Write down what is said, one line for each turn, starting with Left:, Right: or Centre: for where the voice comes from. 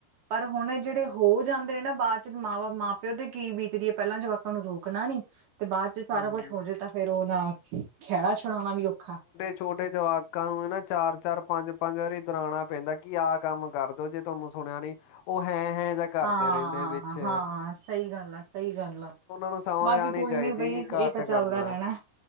Right: ਪਰ ਹੁਣ ਜਿਹੜੇ ਹੋ ਜਾਂਦੇ ਨੇ ਬਾਅਦ ਚ ਮਾਂ ਬਾਪ ਮਾਂ ਪਿਓ ਤੇ ਕੀ ਬੀਤ ਦੀਏ ਪਹਿਲਾਂ ਜਵਾਕਾ ਨੂੰ ਰੋਕਣਾ ਨੀ, ਤੇ ਬਾਅਦ ਚ ਸਾਰਾ
Left: ਹੂੰ
Right: ਕੁੱਛ ਹੋ ਜੇ, ਤਾਂ ਫੇਰ ਉਹਦਾ ਖਹਿੜਾ ਛੁਡਾਉਣਾ ਵੀ ਔਖਾ
Left: ਛੋਟੇ ਜਵਾਕਾਂ ਨੂੰ ਨਾ ਚਾਰ ਚਾਰ, ਪੰਜ ਪੰਜ, ਵਾਰੀ ਦੋਰਾਉਣਾ ਪੈਂਦਾ ਕੀ ਆਹ ਕੰਮ ਕਰਦੋ, ਜੇ ਤੁਹਾਨੂੰ ਸੁਨਿਆ ਨੀ ਉਹ ਹੈਂ ਹੈਂ, ਜਾਂ ਕਰਦੇ
Right: ਹਾਂ
Left: ਰਹਿੰਦੇ ਵਿੱਚ
Right: ਹਾਂ ਸਹੀ ਗੱਲ ਐ ਸਹੀ ਗੱਲ ਐ
Left: ਨੂੰ ਸਮਝ
Right: ਬਾਕੀ
Left: ਆਣੀ
Right: ਕੋਈ
Left: ਚਾਹੀਦੀ
Right: ਨੀ ਬਈ
Left: ਕਿ ਘੱਟ
Right: ਇਹ ਤਾਂ ਚੱਲਦਾ
Left: ਕਰਨਾ
Right: ਰਹਿਣਾ